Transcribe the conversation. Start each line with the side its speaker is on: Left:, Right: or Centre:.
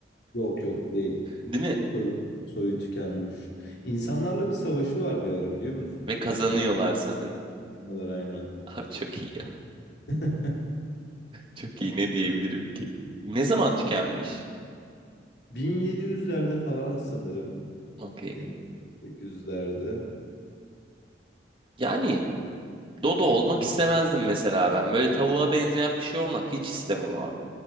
Left: Yok yok değil.
Right: Değil mi?
Left: Soy, soyu tükenmiş. İnsanlarla bir savaşı var bir ara biliyor musun?
Right: Ve kazanıyorlar
Left: Hatta
Right: sanırım.
Left: bunlar aynen.
Right: Abi çok iyi ya.
Left: <laughs>
Right: Çok iyi ne diyebilirim ki? Ne zaman tükenmiş?
Left: 1700'lerde falan sanırım.
Right: Okey.
Left: Ya da 1800'lerde.
Right: Yani Dodo olmak istemezdim mesela ben. Böyle tavuğa benzeyen bir şey olmak hiç istemem abi.